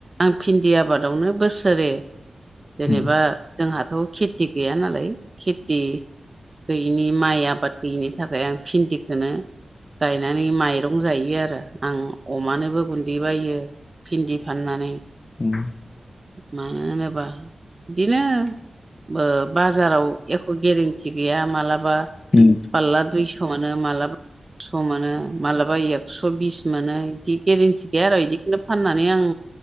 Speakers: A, on the right; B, on the left.
A: आं भिन्दि आबादावनो बोसोरै जेनेबा
B: उम
A: जोंहाथ' खेति गैया नालाय खेति गैयिनि माइ आबाद गैयिनि थाखाय आं भिन्दिखोनो गायनानै माइरं जायो आरो आं अमानो बो गुन्दै बायो भिन्दि फाननानै
B: उम
A: मानो होनोबा बिदिनो ओ बाजाराव एख' गेरेन्टि गैया माब्लाबा
B: उम
A: फालला दुइस'आनो माला एकस' मोनो मालाबा एकस' बिस मोनो बिदि गेरेन्टि गैया आरो बिदि दिनो फाननानै आं